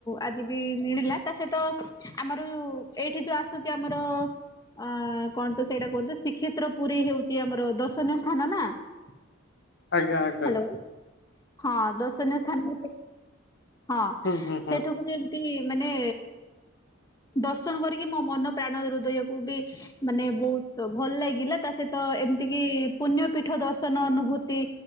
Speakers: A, on the left (about 20°); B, on the left (about 55°).
A: ଆଜି ବି ମିଳିଲା ତା ସହିତ ଆମର ଏଇଠି ଯୋଉ ଆସୁଛି ଆମର। ଆ କଣ ତ ସେଇଟା କୁହନ୍ତୁ ଶ୍ରୀକ୍ଷେତ୍ର ପୁରୀ ହେଉଛି ଆମର ଦର୍ଶନୀୟ ସ୍ଥାନ ନା। ହ୍ୟାଲୋ
B: ଆଜ୍ଞା ଆଜ୍ଞା
A: ହଁ ଦର୍ଶନୀୟ ସ୍ଥାନ। ହଁ
B: ହୁଁ ହୁଁ ହୁଁ
A: ସେଇଠାକୁ ବି ଏମତି ମାନେ ଦର୍ଶନ କରିକି ମୋ ମନ ପ୍ରାଣ ହୃଦୟକୁ ବି ମାନେ ବହୁତ ଭଲ ଲାଗିଲା ତା ସହିତ ଏମିତି କିି ପୁଣ୍ୟ ପୀଠ ଦର୍ଶନ ଅନୁଭୂତି